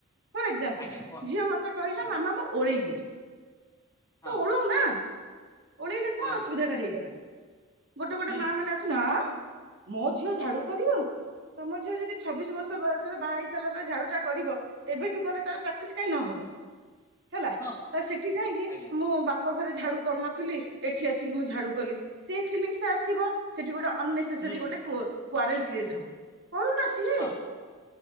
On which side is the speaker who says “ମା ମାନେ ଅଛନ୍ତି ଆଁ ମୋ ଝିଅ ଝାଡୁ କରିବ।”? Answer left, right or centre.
Right